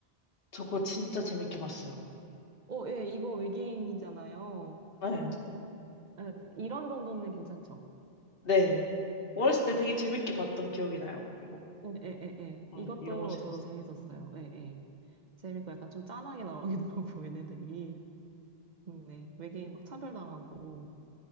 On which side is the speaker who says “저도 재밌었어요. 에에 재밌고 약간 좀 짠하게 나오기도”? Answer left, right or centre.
Right